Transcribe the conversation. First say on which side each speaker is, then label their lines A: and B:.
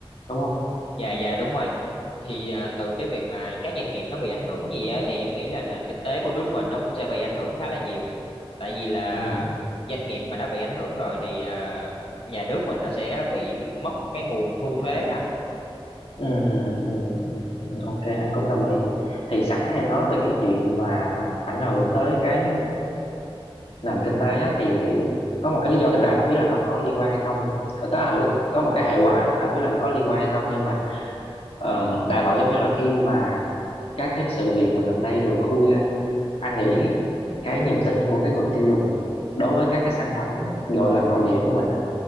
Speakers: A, on the left; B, on the left.
A: đúng không
B: dạ dạ đúng rồi thì ờ, từ cái việc mà các doanh nghiệp nó bị ảnh hưởng gì á, thì em nghĩ là nền kinh tế của nước mình nó cũng sẽ bị ảnh hưởng khá là nhiều tại vì là
A: ừ
B: doanh nghiệp mà đã bị ảnh hưởng rồi thì ờ, nhà nước mình nó sẽ bị mất cái nguồn thu thuế anh
A: ừ ừ ừ ừ, ừ, ok anh cũng đồng ý thì sẵn em nói về cái chuyện mà ảnh hưởng tới cái nền kinh tế á, thì thì có một cái lý do thực ra anh không biết là nó có liên quan hay không Ờ, tức là có một cái hệ quả anh không biết là nó có liên quan hay không nhưng mà ờ, đại loại giống như là khi mà các cái sự việc mà gần đây được khui ra anh nghĩ cái niềm tin của cái người tiêu dùng đối với các cái sản phẩm gọi là nội địa của mình á